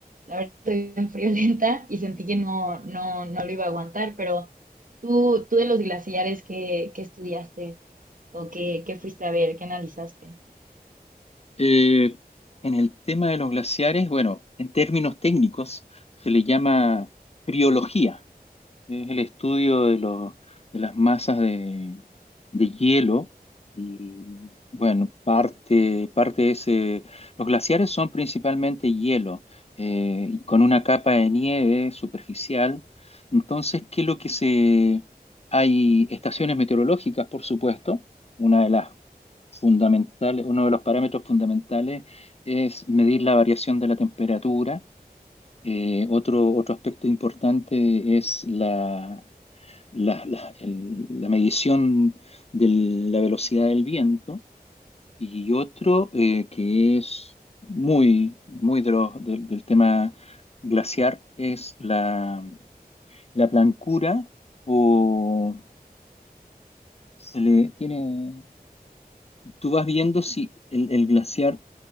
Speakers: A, on the right; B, on the left.
A: la verdad estoy bien friolenta y sentí que no, no, no lo iba a aguantar, pero tú, tú de los glaciares, ¿qué, qué estudiaste o qué, qué fuiste a ver, qué analizaste?
B: Eh, en el tema de los glaciares, bueno, en términos técnicos se le llama criología. Es el estudio de, lo- de las masas de, de hielo y bueno, parte, parte de ese... Los glaciares son principalmente hielo, eh, y con una capa de nieve superficial. Entonces, ¿qué es lo que se... Hay estaciones meteorológicas, por supuesto. Una de las fundamentales, uno de los parámetros fundamentales es medir la variación de la temperatura eh, otro, otro aspecto importante es la, la- la- el- la medición de la velocidad del viento y otro eh, que es muy, muy de los- del del tema glaciar es la, la blancura o se le tiene, tú vas viendo si el, el glaciar